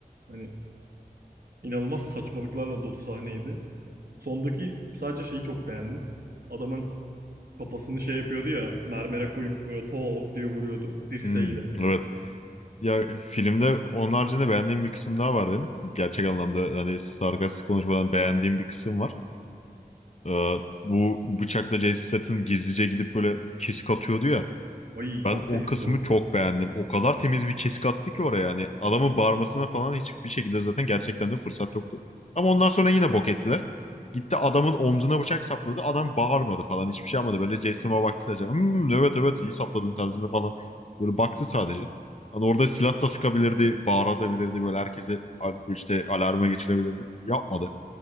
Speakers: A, on the right (about 75°); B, on the left (about 45°).
A: Hani İnanılmaz saçmalıklarla dolu sahneydi. Sondaki sadece şeyi çok beğendim. Adamın kafasını şey yapıyordu ya mermere koyup böyle tok diye vuruyordu dirseğiyle.
B: hmm, evet ya filmde onun haricinde beğendiğim bir kısım daha var benim. Gerçek anlamda hani sarkastik konuşmadan beğendiğim bir kısım var. Ee, bu bıçakla Jason Statham gizlice gidip böyle kesik atıyordu ya.
A: Ay çok
B: Ben o
A: temizdi
B: kısmı
A: o.
B: çok beğendim. O kadar temiz bir kesik attı ki oraya yani. Adamın bağırmasına falan hiçbir şekilde zaten gerçekten de fırsat yoktu. Ama ondan sonra yine bok ettiler. Gitti adamın omzuna bıçak sapladı. Adam bağırmadı falan. Hiçbir şey yapmadı. Böyle Jason'a baktı sadece. Hmm, evet evet iyi sapladın tarzında falan. Böyle baktı sadece. Hani orada silah da sıkabilirdi. Bağıratabilirdi. Böyle herkese al- işte alarma geçirebilirdi. Yapmadı.